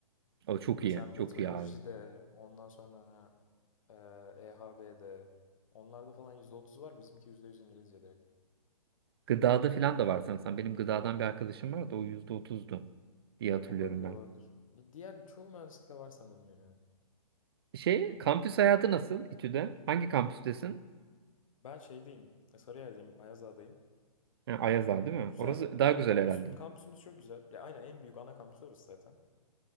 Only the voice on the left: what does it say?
Sen
meteorolojide,
ondan sonra e, EHB'de, onlarda falan %30 var. Bizimki %100 İngilizce direkt.
Olabilir,
olabilir. Diğer çoğu mühendislikte var sanırım ya.
Ben şeydeyim, Sarıyer'deyim, Ayazağa'dayım.
Yani
güzel.
Kampüs,
kampüsümüz çok güzel. Ya aynen en büyük ana kampüs orası zaten.